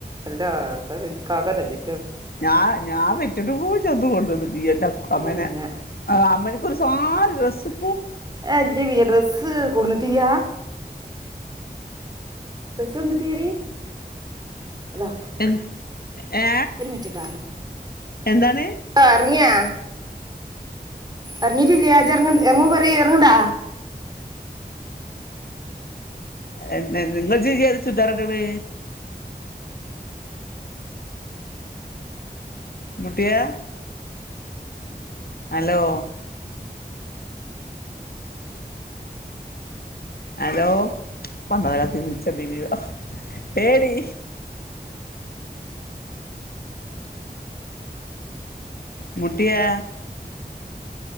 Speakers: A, on the right; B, on the left.
A: അല്ല <unintelligible>
B: ഞാ ഞാൻ പെ <unintelligible> കൊടുത്തത് <unintelligible>
A: ഇല്ല ഇല്ല
B: അമ്മ നേ ഒരു സാ രസും
A: ഏ ഇജ് വിയ ഡ്രെസ്സ് കൂന്നിട്ടില്ലാ ഡ്രസ് വന്നിട്ടില്ല ടീ അതാ
B: എ ഏ
A: ഒരുമിചനി ട്ടാ
B: എന്താണ്
A: ആ ഇറങ്ങിയോ ഇറങ്ങിട്ടില്ല ഇജ്ഇറങ്ങ ഇറങ്ങു പറി ഇറങ്ങ് ണ്ടോ
B: എന്നാ ങ്ങൾ ഇജ് ജ് ഏത് ചുര്ദാറാ ഇട് ണേ ഇമ്മുട്ടിയേ ഹലോ ഹലോ പണ്ടാരത്തി വിളിച്ചത്തിനോ ഏ ടീ ഇമ്മുട്ടിയേ